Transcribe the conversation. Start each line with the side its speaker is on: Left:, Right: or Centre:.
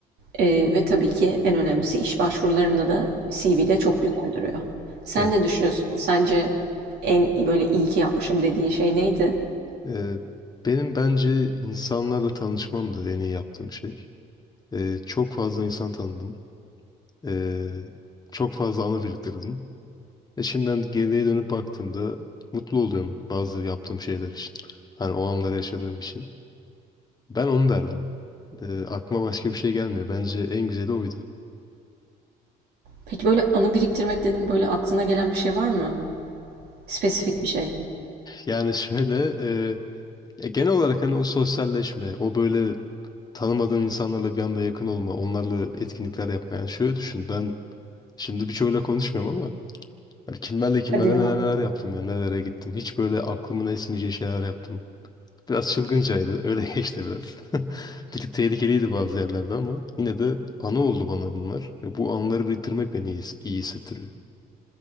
Right: Ee, ve tabii ki en önemlisi iş başvurularında da CV'de çok güzel duruyor. Sen
Left: Evet.
Right: ne düşünüyorsun? Sence en böyle iyi ki yapmışım dediğin şey neydi?
Left: Ee, benim bence insanlarla tanışmam da en iyi yaptığım şey. Ee, çok fazla insan tanıdım. Ee, çok fazla anı biriktirdim. Ve şimdiden geriye dönüp baktığımda mutlu oluyorum bazı yaptığım şeyler için. Hani o anları yaşadığım için. Ben onu derdim. Ee, aklıma başka bir şey gelmiyor. Bence en güzeli oydu.
Right: Peki böyle anı biriktirmek dedim böyle aklına gelen bir şey var mı? Spesifik bir şey.
Left: Yani şöyle e, ya genel olarak hani o sosyalleşme, o böyle tanımadığın insanlarla bir anda yakın olma, onlarla etkinlikler yapma. Yani şöyle düşün ben şimdi birçoğuyla konuşmuyorum ama hani kimlerle kimlerle
Right: Ya
Left: neler neler yaptım ya nelere gittim. Hiç böyle aklımın esmeyeceği şeyler yaptım. Biraz çılgıncaydı. Öyle <laughs> geçti biraz. <laughs> Bir tık tehlikeliydi bazı yerlerde ama yine de anı oldu bana bunlar. Ve bu anıları biriktirmek beni iyi, iyi hissettiriyor.